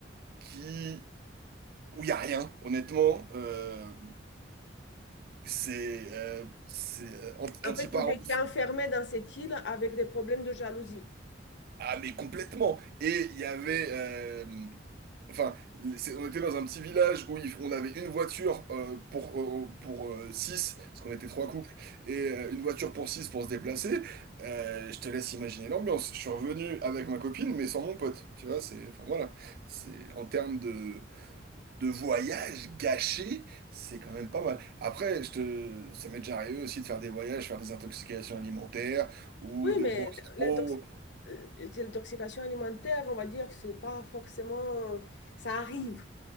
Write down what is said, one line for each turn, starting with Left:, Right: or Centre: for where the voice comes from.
Right: qui où il y a rien, honnêtement. euh, C'est euh, c'est euh, anti-
Left: En
Right: anti-Paros.
Left: fait, vous étiez enfermé dans cette île avec des problèmes de jalousie.
Right: Ah mais complètement. Et il y avait euh, Enfin, c'est- on était dans un petit village où il- on avait une voiture euh, pour, euh, pour euh, six, parce qu'on était trois couples, et euh, une voiture pour six pour se déplacer. Euh, je te laisse imaginer l'ambiance. Je suis revenu avec ma copine, mais sans mon pote. Tu vois, c'est, enfin voilà, c'est en termes de, de voyage gâché, c'est quand même pas mal. Après, je te, ça m'est déjà arrivé aussi de faire des voyages, faire des intoxications alimentaires ou
Left: Oui,
Right: de
Left: mais
Right: boire
Left: l'intox-
Right: trop.
Left: euh, l'intoxication alimentaire, on va dire que c'est pas forcément... Ça arrive.